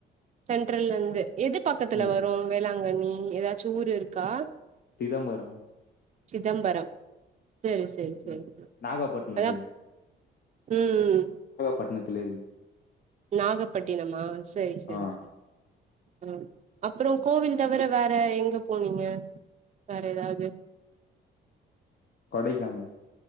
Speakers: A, on the right (about 35°); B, on the left (about 50°).
A: சென்ட்ரல்லர்ந்து எது பக்கத்துல
B: ம்
A: வரு வேளாங்கண்ணி ம் எதாச்சு ஊர் இருக்கா
B: சிதம்பரோ
A: சிதம்பரம் சேரி சேரி சேரி
B: ம்
A: <inaudible>
B: நாகப்பட்டினத்து
A: அதா ம் ம் ம்
B: பட்ணத்துலே இருக்கு
A: நாகப்பட்டினமா சேரி சேரி
B: ஆ
A: சேரி ஆ அப்பறோ கோவில் தவர வே ற எங்க போனீங்க வேற எதாவ்து
B: கொடைக்கான